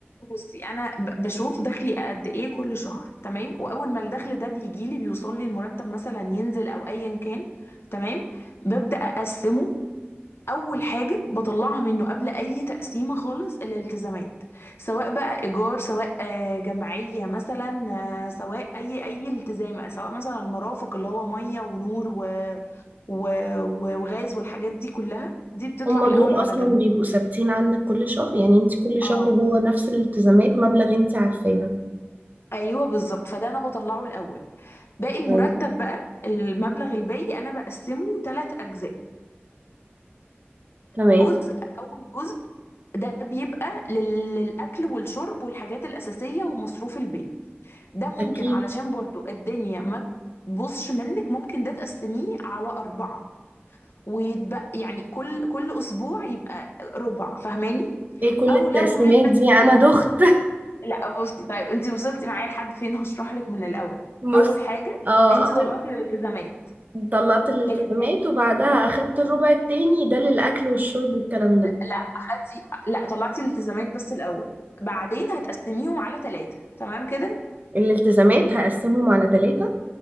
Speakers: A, on the left; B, on the right.
A: بصي انا ب- بشوف دخلي قد ايه كل شهر تمام واول ما الدخل ده بيجي لي بيوصل لي المرتب مثلا ينزل او ايا كان تمام ببدا اقسمه اول حاجه بطلعها منه قبل اي تقسيمه خالص الالتزامات سواء بقى ايجار سواء آه، جمعيه مثلا آه، سواء اي اي التزام سواء مثلا المرافق اللي هو ميه ونور و... و... و- وغاز والحاجات دي كلها
B: <laughs>
A: دي بتطلع
B: هما
A: الاول
B: دول
A: على
B: اصلا
A: جنب
B: بيبقوا ثابتين عندك كل شهر يعني انت كل
A: اه
B: شهر هو نفس الالتزامات مبلغ انت عارفاها
A: ايوه بالظبط فده انا بطلعه الاول باقي المرتب
B: طيب
A: بقى المبلغ الباقي انا بقسمه ثلاث اجزاء
B: تمام
A: جزء أول جزء ده بيبقى لل- للأكل والشرب والحاجات الأساسية ومصروف البيت ده ممكن
B: اكيد
A: علشان برضو الدنيا ما تبصش منك ممكن ده تقسميه على أربعة ويتبقى يعني كل كل أسبوع يبقى ربع فاهماني
B: ايه كل
A: أو
B: التقسيمات
A: لو مش بت...
B: دي انا دخت <laughs>
A: لا بصي طيب أنت وصلتي معايا لحد فين هشرح لك من الأول
B: بص
A: أول حاجة
B: اه
A: أنت
B: اول
A: طلعتي الالتزامات
B: طلعت الالتزامات
A: الباقي
B: وبعدها اخدت الربع التاني ده للاكل والشرب والكلام ده
A: لا اخدتي لا طلعتي الالتزامات بس الاول بعدين هتقسميهم على ثلاثة تمام كده
B: الالتزامات هقسمهم على ثلاثة